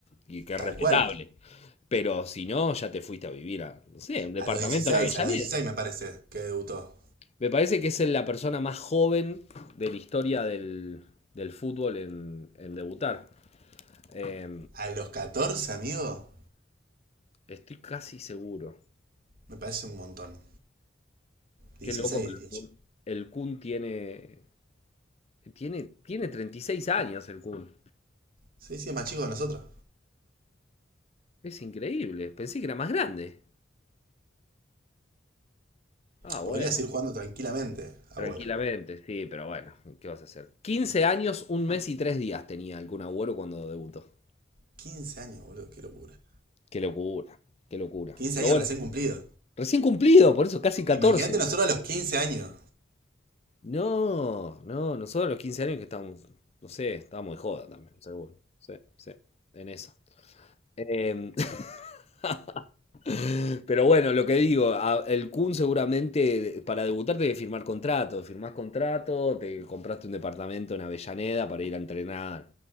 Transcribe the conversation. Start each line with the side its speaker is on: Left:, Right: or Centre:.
Left: y que es
Right: Tal
Left: respetable.
Right: cual.
Left: Pero si no, ya te fuiste a vivir a, no sé, un departamento
Right: A los dieciséis
Left: en Avellaneda.
Right: a los dieciséis me parece que debutó.
Left: Me parece que es la persona más joven de la historia del, del fútbol en, en debutar. Eh,
Right: A los catorce amigo,
Left: estoy casi seguro.
Right: me parece un montón. dieciséis
Left: Qué loco que
Right: diría
Left: el Kun,
Right: yo.
Left: el Kun tiene, tiene, tiene 36 años el Kun.
Right: Sí, sí, es más chico que nosotros.
Left: Es increíble. Pensé que era más grande. Ah,
Right: Podría
Left: bueno.
Right: seguir jugando tranquilamente, abuelo.
Left: Tranquilamente, sí, pero bueno, ¿qué vas a hacer? quince años, un mes y tres días tenía el Kun Agüero cuando debutó.
Right: quince años, boludo, qué locura.
Left: Qué locura, qué locura.
Right: quince
Left: Pero
Right: años
Left: bueno,
Right: recién cumplidos.
Left: recién cumplido, por eso casi catorce
Right: Imagínate nosotros a los 15 años.
Left: No, no, nosotros a los 15 años que estábamos, no sé, estábamos de joda también, seguro. Sí, sí, en esa. Em, <laughs> Pero bueno, lo que digo, a- el Kun seguramente de- para debutar tenés que firmar contrato. Firmás contrato, te compraste un departamento en Avellaneda para ir a entrenar